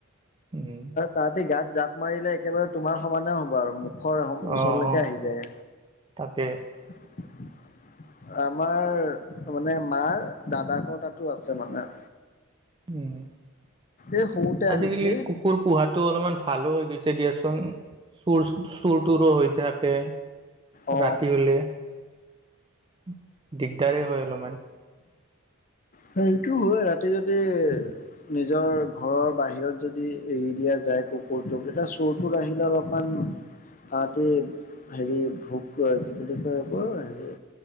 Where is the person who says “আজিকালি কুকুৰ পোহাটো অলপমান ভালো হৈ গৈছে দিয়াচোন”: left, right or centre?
Right